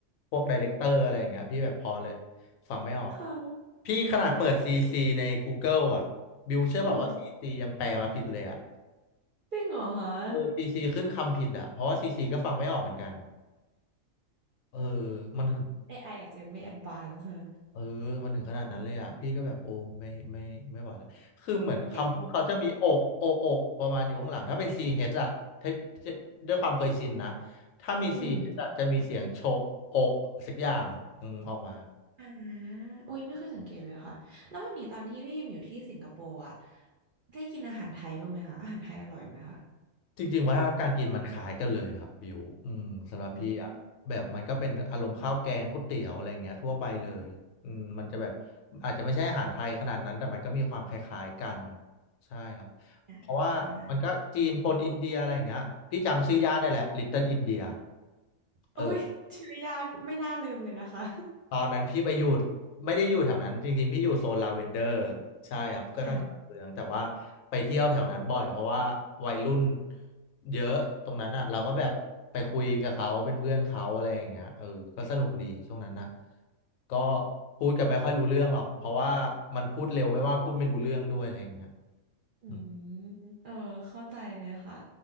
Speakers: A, on the left; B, on the right.
A: พวกไดเรคเตอร์อะไรอย่างเงี้ยพี่แบบพอเลยฟังไม่ออก
B: ค่ะ
A: พี่ขนาดเปิด
B: จริง
A: CC ใน Google อ่ะบิวเชื่อเปล่าว่า
B: อืม
A: CC ยังแปลมาผิดเลยอ่ะ
B: จริงเหรอคะ
A: เออ
B: AI
A: CC ขึ้นคำผิดอ่ะเพราะว่า CC ก็ฟังไม่ออกเหมือนกันเออมัน
B: อไออาจจะยังไม่แอด v านซ e d ฮะ
A: เออ มันถึงขนาดนั้นเลยอ่ะพี่ก็แบบโอ้ไม่ไม่ไม่ไหวแล้วคือเหมือนคำพูดเขาจะมีโอะโอะโอะประมาณอยู่ข้างหลัง
B: เอ๊ะค่ะ
A: ถ้าเป็น c เอ่ะถ้าถ้าด้วยความเคยชินนะ ถ้ามี
B: อืม
A: CH อชอะจะมีเสียงโชะโอะสักอย่างอืมออกมา
B: อ่าอุ้ยไม่เคยสังเกตเลยค่ะแล้วแบบนี้ตอนที่พี่พิมอยู่ที่สิงคโปร์อะได้กินอาหารไทยบ้างไหมคะอาหารไทยอร่อยไหมคะ
A: จริงๆวัฒนธรรมการกินมันคล้ายกันเลยครับบิวอืมสำหรับพี่อ่ะแบบมันก็เป็นอารมณ์ข้าวแกงก๋วยเตี๋ยวอะไรอย่างเงี้ยทั่วไปเลยอืมมันจะแบบ
B: อืม
A: อาจจะไม่ใช่อาหารไทยขนาดนั้นแต่มันก็มีความคล้ายๆกันใช่ครับเพราะว่ามันก็จีนปนอินเดียอะไรอย่างเงี้ยพี่จำชื่อย่านได้แหละ
B: อ่า
A: Little India เติ้ลอนเดีย
B: โอ้ยชื่อยานไม่น่าลืมเลยนะคะ
A: เออ ตอนนั้นพี่ไปอยู่ไม่ได้อยู่แถวนั้นจริงๆพี่อยู่โซนลาเวนเดอร์ใช่ครับก็กลางๆเมืองแต่ว่าไปเที่ยวแถวนั้นบ่อยเพราะว่าวัยรุ่น
B: อ่า
A: เยอะตรงนั้นอ่ะเราก็แบบไปคุยกับเขาเป็นเพื่อนเขาอะไรอย่างเงี้ยเออก็สนุกดีช่วงนั้นนะ
B: อืม
A: ก็พูดกันไม่ค่อยรู้เรื่องหรอกเพราะว่ามันพูดเร็วไม่ว่าพูดไม่รู้เรื่องด้วยอะไรอย่างเงี้ย
B: อืม
A: อืม
B: เออเข้าใจเลยค่ะ